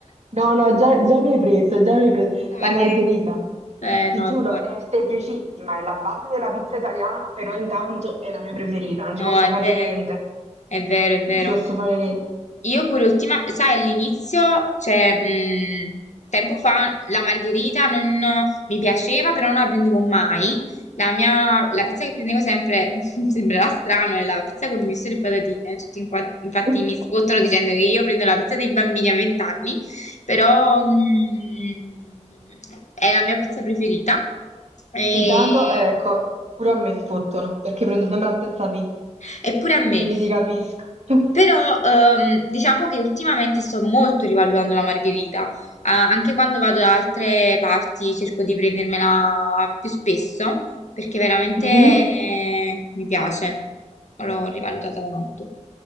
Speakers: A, on the right; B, on the left.
A: No, no, già, già mi hai preso, già mi hai preso.
B: La margherita.
A: La margherita.
B: Eh
A: Ti
B: no,
A: giuro,
B: è buona.
A: è semplicissima, è la base della pizza italiana, però intanto è la mia preferita, non
B: No,
A: ci posso
B: è
A: fare
B: vero.
A: niente.
B: È vero, è vero.
A: Non ci posso fare niente.
B: Io pure ultima, sai, all'inizio, cioè, mh, tempo fa la margherita non mi piaceva, però non la prendevo mai. La mia, la pizza che prendevo sempre, <laughs> sembrerà strano, è la pizza con il misto e le patatine. Tutti in qua- infatti
A: <laughs>
B: mi spottano dicendo che io prendo la pizza dei bambini a 20 anni, però mh, è la mia pizza preferita. E,
A: Intanto, eh, ecco, pure a me sfottono, perché prendo sempre la stessa pizza,
B: eppure a me.
A: quindi ti capisco. <laughs>
B: Però ehm, diciamo che ultimamente sto molto rivalutando la margherita, Ah, anche quando vado da altre parti cerco di prendermela più spesso perché veramente
A: Mhm.
B: eh, mi piace, l'ho rivalutata tanto.